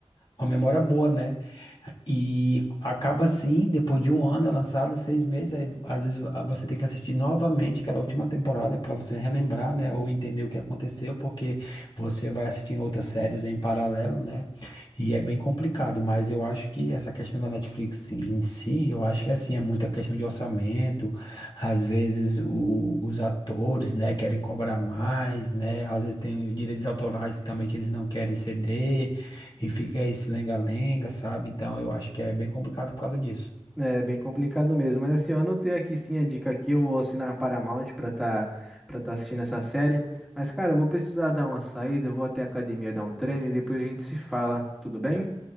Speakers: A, on the left; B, in the centre.
A: com a memória boa, né, E acaba assim, depois de um ano é lançada, seis meses, aí às vezes ah, você tem que assistir novamente aquela última temporada para você relembrar, né, ou entender o que aconteceu, porque você vai assistindo outras séries em paralelo, né? E é bem complicado, mas eu acho que essa questão da Netflix em si, eu acho que assim, é muita questão de orçamento, às vezes o- os atores, né, querem cobrar mais, né? Às vezes tem direitos autorais também que eles não querem ceder. E fica esse lenga-lenga, sabe? Então eu acho que é bem complicado por causa disso.
B: É bem complicado mesmo, mas assim, eu anotei aqui sim a dica aqui, eu vou assinar a Paramount pra tá, pra tá assistindo essa série. Mas cara, eu vou precisar dar uma saída, eu vou até a academia dar um treino e depois a gente se fala, tudo bem?